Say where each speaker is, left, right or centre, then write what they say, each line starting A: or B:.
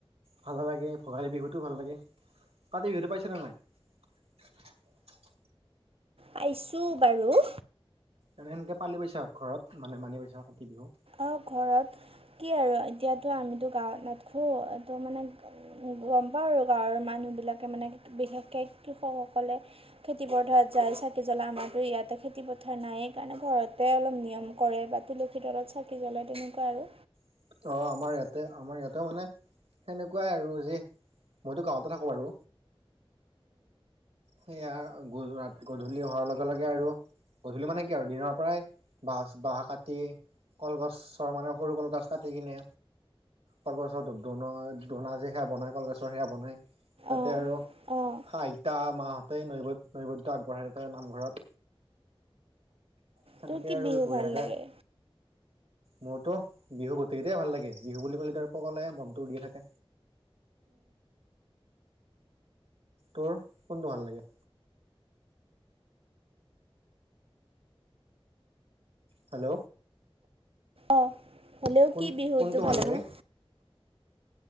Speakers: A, on the right; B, on the right.
A: ভাল লাগে, ভোগালী বিহুতো ভাল লাগে, কাতি বিহুটো পাইছা নে নাই? <inaudible>
B: পাইছোঁ বাৰু
A: এনে সেনকে পালি পাইছা ঘৰত মানে মানি পাইছা কাতি বিহু।
B: অহ' ঘৰত কি আৰু এতিয়াতো আমিতো গাওঁত নাথকো। এইটো মানে গ'ম পাওঁ আৰু গাওঁৰ মানুহ মানুহ বিলাকে মানে বিশেষকে কৃষক সকলে খেতি পথাৰত যায়, চাকি জ্বলা আমাৰটো ইয়াতে খেতি পথাৰ নাই কাৰণে ঘৰতে অলপ নিয়ম কৰে বা তুলসীৰ তলত চাকি চাকি জ্বলাই তেনেকুৱা আৰু
A: অ' আমাৰ ইয়াতে, আমাৰ ইয়াতেও মানে সেনেকুৱাই আৰু যি মইতো গাওঁতে থাকোঁ বাৰু। সেইয়া গধূ ৰা গধূলি হোৱাৰ লগে লগে আৰু গধূলি মানে কি আৰু দিনৰ পৰাই বাঁহচ বাহঁ কাটি কলগছৰ মানে সৰু কলগছ কাটি কিনে কলগছৰ দো দোনত দোনা যে সেয়া বনায় কলগছৰ সেয়া বনায় তাতে
B: অঁ
A: আৰু
B: অঁ
A: আইতা মাহঁতেই নেবুদ নেবুদ আগবঢ়াই তাৰ নামঘৰত। সেনকে
B: তোৰ কি
A: আৰু
B: বিহু
A: বঢ়িয়াকে,
B: ভাল লাগে
A: মোৰতো বিহু গোটেইকেইটাই ভাল লাগে, বিহু বুলি কলেটো আৰু পগলাই মনটো উৰিয়ে থাকে। তোৰ, কোনটো ভাল লাগে? হেল্ল
B: অহ, হেল্ল
A: কোন
B: কি বিহুটো
A: কোনটো
B: ভাল
A: লাগে
B: মানে